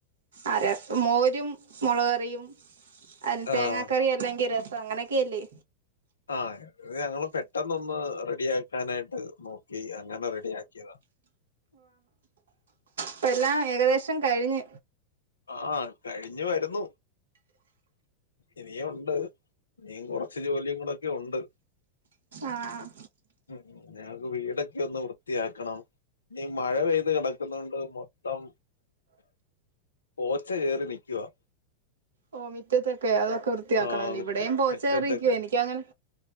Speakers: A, on the right; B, on the left.
A: ആര മോരും മൊളക്കറിയും അ
B: ആഹ്
A: തേങ്ങാ കറി അല്ലെങ്കിൽ രസം അങ്ങനെയൊക്കെയല്ലേ
B: ആ ഞങ്ങള് പെട്ടെന്ന ഒന്ന് റെഡിയാക്കാനായിട്ട് നോക്കി അങ്ങനെ റെഡി ആക്കിയതാ
A: അപ്പ എല്ലാം ഏകദേശം കഴിഞ്ഞ്
B: ആ കഴിഞ്ഞു വരുന്നു ഇനിയുണ്ട് ഇനിയും കൊറച്ച ജോലിയും കൂടെ ഒക്കെ ഉണ്ട്
A: ആ
B: ഉ ഞങ്ങക്ക് വീടൊക്കെ ഒന്ന് വൃത്തിയാക്കണം നീ മഴ പെയ്ത് കിടക്കുന്നുണ്ട് മൊത്തം പോച്ചാ കയറി നിക്കുവാ
A: ഓ മിറ്റത്തൊക്കെ അതൊക്കെ വൃത്തിയാക്കണല്ലേ
B: ആഹ് മുറ്റ
A: ഇവിടെയും പോച്ചകേറി
B: മുറ്റത്തൊക്കെ
A: എനിക്കങ്ങനെ